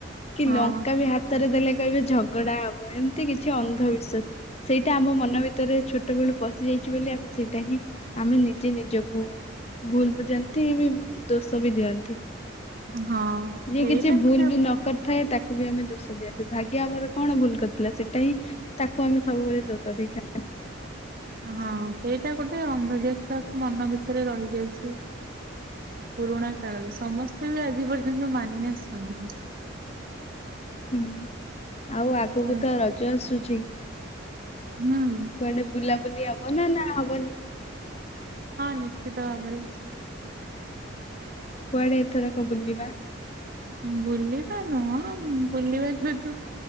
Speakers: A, on the left; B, on the right.
A: କି
B: ହଁ
A: ଲଙ୍କା ବି ହାତରେ ଦେଲେ କହିବେ ଝଗଡା ହବ ଏମିତି କିଛି ଅନ୍ଧବିଶ୍ଵାସ। ସେଇଟା ଆମ ମନ ଭିତରେ ଛୋ ଛୋଟବେଳୁ ପଶିଯାଇଛି ବୋଲି ଆମେ ସେଇଟା ହିଁ ଆମେ ନିଜେ ନିଜକୁ ଭୁଲ ବୁଝାନ୍ତି ବି ଦୋଷ ବି ଦିଅନ୍ତି।
B: ହଁ
A: ମୁ
B: ସେଇଟା
A: କିଛି
B: ଗୋଟେ
A: ଭୁଲ ବି ନକ ଥାଏ ତାକୁ ବି ଆମେ ଦୋଷ ଦିଅନ୍ତିୁ ଭାଗ୍ୟ ଆମର କଣ ଭୁଲ କରିଥିଲା ସେଇଟା ହିଁ ତାକୁ ଆମେ ସବୁବେଳେ ଧୋକା ଦେଇଥାଉ
B: ହଁ ସେଇଟା ଗୋଟେ ଅନ୍ଧବିଶ୍ୱାସ ମନ ଭିତରେ ରହିଯାଇଛି। ପୁରୁଣା କାଳରେ ସମସ୍ତେ ବି ଆଜି ପର୍ଯ୍ୟନ୍ତ ମାନି ଆସୁଛନ୍ତି
A: ହୁଁ ଆଉ ଆଗକୁ
B: ହୁଁ
A: ତ ରଜ ଆସୁଛି
B: ହୁଁ।
A: କୁଆଡେ ବୁଲାବୁଲି ହବ ନା ନା ହବନି?
B: ହଁ ନିଶ୍ଚିତ ଭାବରେ।
A: କୁଆଡେ ଏଥର କ ବୁଲିବା?
B: ବୁଲିବା ନୁହଁ ବୁଲିବା ଯେହେତୁ